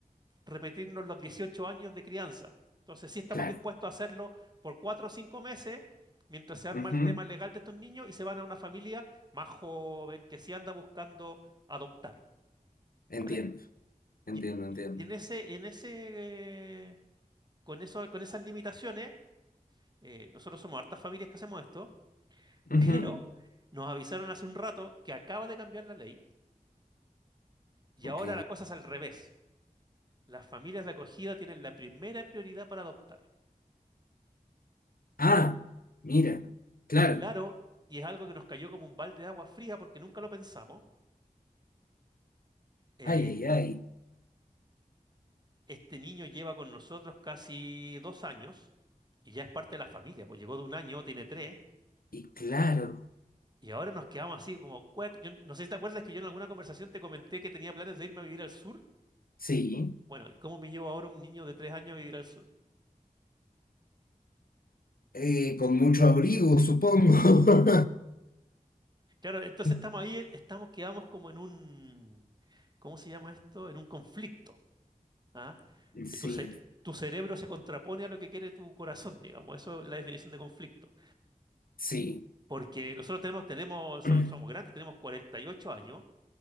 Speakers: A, on the right; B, on the left.
A: repetirnos los 18 años de crianza. Entonces, sí estamos
B: Claro.
A: dispuestos a hacerlo por cuatro o cinco meses, mientras se arma
B: Ujú.
A: el tema legal de estos niños y se van a una familia más joven que sí anda buscando adoptar, ¿vale?
B: Entiendo, entiendo,
A: Y en,
B: entiendo.
A: y en ese, en ese, eh, con eso, con esas limitaciones, eh, nosotros somos hartas familias que hacemos esto, <laughs>
B: Ujú.
A: pero nos avisaron hace un rato que acaba de cambiar la ley y
B: Ok.
A: ahora la cosa es al revés. Las familias de acogida tienen la primera prioridad para adoptar.
B: Ah, mira. Claro.
A: Y claro, y es algo que nos cayó como un balde de agua fría porque nunca lo pensamos. eh,
B: Ay, ay, ay.
A: este niño lleva con nosotros casi dos años y ya es parte de la familia, pues llegó de un año, tiene tres,
B: Y claro,
A: y ahora nos quedamos así como, cuec. Yo no sé si te acuerdas que yo en alguna conversación te comenté que tenía planes de irme a vivir al sur.
B: sí,
A: Bueno, ¿y cómo me llevo ahora un niño de tres años a vivir al sur?
B: Eh, con mucho abrigo, supongo.
A: Claro, entonces
B: <laughs>
A: estamos ahí, estamos, quedamos como en un, ¿cómo se llama esto? En un conflicto, ¿ah?
B: sí,
A: que tu, ce- tu cerebro se contrapone a lo que quiere tu corazón, digamos. Eso es la definición de conflicto.
B: sí.
A: Porque nosotros tenemos, tenemos, so-
B: <clears throat>
A: somos grandes, tenemos 48 años,